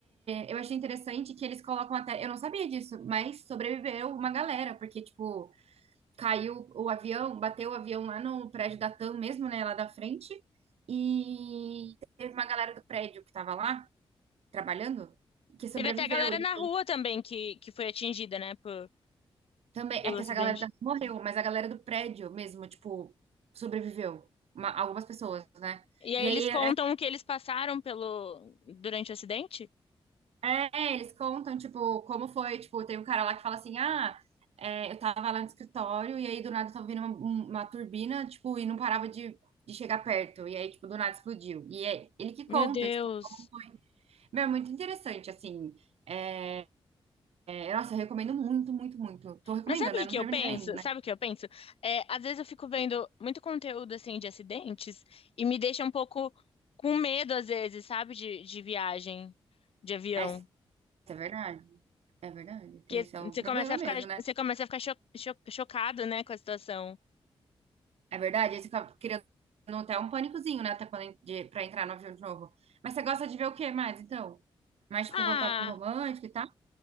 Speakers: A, on the right (about 90°); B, on the left (about 70°).
A: eu achei interessante que eles colocam até. Eu não sabia disso, mas sobreviveu uma galera, porque, tipo, caiu o avião, bateu o avião lá no prédio da TAM mesmo, né? Lá da frente. E teve uma galera do prédio que tava lá trabalhando, que sobreviveu.
B: Teve até a galera
A: E
B: na rua também que, que foi atingida, né, por-
A: também
B: pelo
A: é que
B: acidente.
A: essa galera da- morreu, mas a galera do prédio mesmo, tipo, sobreviveu. Uma- algumas pessoas, né?
B: E aí
A: E
B: eles
A: aí
B: contam
A: é,
B: o que eles passaram pelo durante o acidente.
A: é, é, eles contam, tipo, como foi, tipo, tem um cara lá que fala assim, ah, é, eu tava lá no escritório e aí do nada tava vindo uma, um- uma turbina, tipo, e não parava de, de chegar perto. E aí, tipo, do nada explodiu. E é ele que
B: Meu
A: conta,
B: Deus.
A: tipo, como foi. Meu, é muito interessante, assim. É, nossa, eu recomendo muito, muito, muito. Tô recomendando,
B: Mas sabe o
A: né?
B: que
A: Não
B: que
A: terminei
B: eu penso?
A: ainda, né?
B: Sabe o que eu penso? É, às vezes eu fico vendo muito conteúdo assim de acidentes e me deixa um pouco com medo, às vezes, sabe, de, de viagem, de avião.
A: É é verdade. É verdade.
B: Porque
A: Tem esse é o
B: você
A: problema
B: começa a ficar,
A: mesmo, né?
B: você começa a ficar cho- cho- chocado, né, com a situação.
A: É verdade, aí você fica criando até um pânicozinho, né? Até quando, en- de, pra entrar no avião de novo. Mas você gosta de ver o que mais, então? Mais,
B: Ah,
A: tipo, voltado pro romântico e tal?